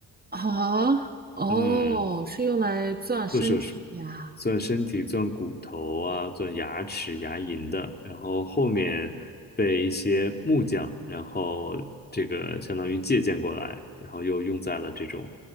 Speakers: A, on the right; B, on the left.
A: 哦哦，
B: 嗯，
A: 是用来钻身体呀。
B: 做手术。钻身体、钻骨头啊、钻牙齿、牙龈的，然后后面被一些木匠，然后这个相当于借鉴过来，然后又用在了这种